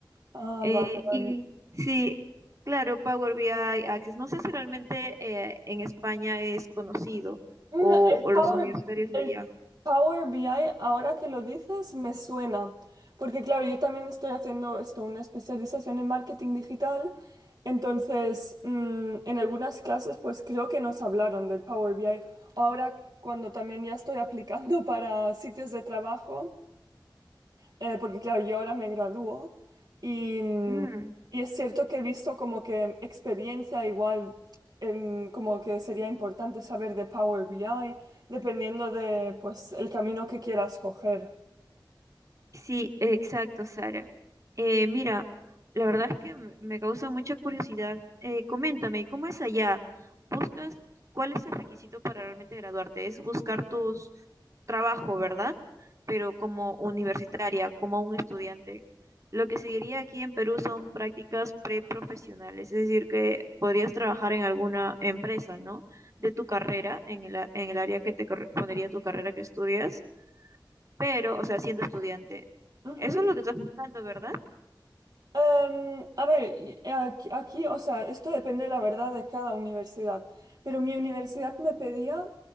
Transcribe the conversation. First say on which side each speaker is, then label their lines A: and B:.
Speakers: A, on the right (about 55°); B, on the right (about 40°).
A: Ah,
B: Eh,
A: vale, vale.
B: y sí, claro, Power BI, Access. No sé si realmente eh, en España es conocido
A: Mm,
B: o,
A: El
B: o
A: Power,
B: los universitarios lo
A: el
B: llevan.
A: Power BI, ahora que lo dices, me suena. Porque claro, yo también estoy haciendo esto, una especialización en marketing digital. Entonces, mm, en algunas clases, pues creo que nos hablaron del Power BI. Ahora, cuando también ya estoy aplicando <laughs> para sitios de trabajo. Eh, porque claro, yo ahora me gradúo y, mm,
B: Mm.
A: y es cierto que he visto como que experiencia igual, em, como que sería importante saber de Power BI, dependiendo de pues el camino que quieras coger.
B: Sí, exacto, Sara. Eh, mira, la verdad es que m- me causa mucha curiosidad. Eh, coméntame, ¿cómo es allá? ¿Buscas cuál es el requisito para realmente graduarte? Es buscar tu trabajo, ¿verdad? Pero como universitaria, como un estudiante. Lo que seguiría aquí en Perú son prácticas preprofesionales, es decir, que podrías trabajar en alguna empresa, ¿no? De tu carrera, en el, a- en el área que te correspondería tu carrera que estudias pero, o sea, siendo estudiante.
A: Ujú.
B: Eso es lo que estás buscando, ¿verdad?
A: Em, a ver, y- eh, aquí, aquí, o sea, esto depende, la verdad, de cada universidad, pero mi universidad me pedía